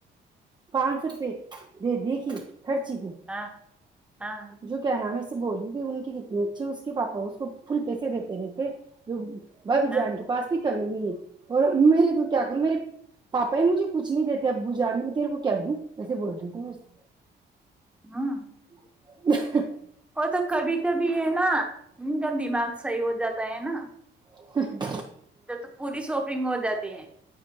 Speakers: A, on the right; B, in the centre.
A: پانچ سو روپے دے دی کہ خرچی کییں
B: ہاں ہاں
A: جو کیا نام ہے بول رہ تھی ان کے کتنے اچھے اس کے پاپا اس کو فل پیسے دیتے رہےتےے جی ب بھی
B: ہاں
A: جان کے پس کرنی بھی ہے اور میرے تو کیا کروں میرے پاپا یہ مجھے کچھ نہیں دیتے اب ب جان میں تیرے کو کہہ دوں ویسے بول رہی ت میں سے
B: ہاں
A: <inaudible>
B: وہ تو کبھی کبھی ہے نا ان کا دماغ صحیح ہو جاتا ہے نا
A: ہ <inaudible>
B: ا تو پوری شاپنگ ہو جاتی ہے